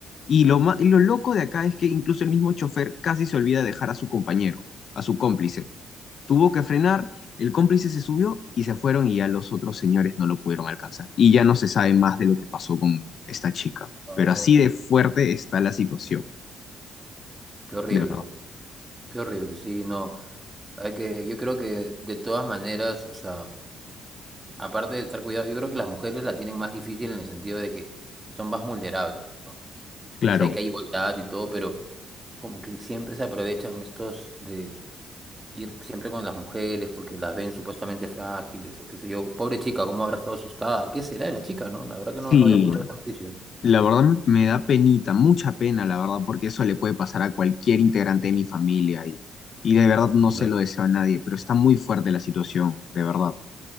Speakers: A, on the left; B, on the right.
A: y lo, ma- y lo loco de acá es que incluso el mismo chofer casi se olvida de dejar a su compañero, a su cómplice tuvo que frenar, el cómplice se subió y se fueron y ya los otros señores no lo pudieron alcanzar. Y ya no se sabe más de lo que pasó con esta chica.
B: Wow,
A: Pero así de fuerte está la situación,
B: qué horrible,
A: de verdad.
B: qué horrible, sí, no. Hay que, yo creo que de todas maneras, o sea, aparte de estar cuidado, yo creo que las mujeres la tienen más difícil en el sentido de que son más vulnerables, ¿no?
A: Claro,
B: Sé que hay igualdad y todo, pero como que siempre se aprovechan estos de ir siempre con las mujeres porque las ven supuestamente frágiles o qué sé yo. Pobre chica, ¿cómo habrá estado asustada? ¿Qué será de la chica, no? La verdad
A: sí,
B: que no, no había escuchado esa noticia.
A: la verdad me da penita, mucha pena, la verdad, porque eso le puede pasar a cualquier integrante de mi familia y, y de verdad no
B: Claro.
A: se lo deseo a nadie, pero está muy fuerte la situación, de verdad,